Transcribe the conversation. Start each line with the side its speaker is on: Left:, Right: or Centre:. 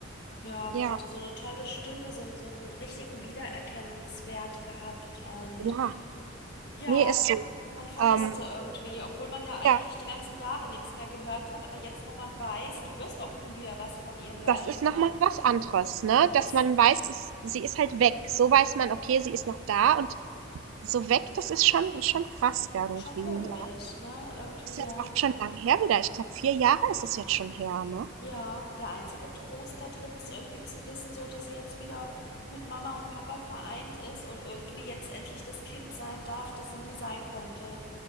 Left: ja,
Right: Ja,
Left: hatte so eine tolle Stimme, so, n- so einen richtigen Wiedererkennungswert gehabt und
Right: ja.
Left: ja,
Right: nee, ist so.
Left: man vermisst
Right: Ähm,
Left: sie irgendwie, obwohl man ja eigentlich
Right: ja.
Left: die ganzen Jahre nichts mehr gehört hat, aber jetzt, wo man weiß, du wirst auch nie wieder was von ihr hören,
Right: das ist nochmal was anderes, ne? Dass
Left: ist
Right: man weiß, es, sie ist halt weg. So weiß man, okay, sie ist noch da und so weg, das ist schon, schon krass irgendwie.
Left: schon komisch,
Right: Ja.
Left: ne? Irgendwie,
Right: Das ist jetzt
Left: ja.
Right: auch schon lang her wieder. Ich glaube, vier Jahre ist das jetzt schon her, ne?
Left: Ja, der einzige Trost da drin ist irgendwie zu wissen, so dass sie jetzt wieder mit Mama und Papa vereint ist und irgendwie jetzt endlich das Kind sein darf, das sie nie sein konnte.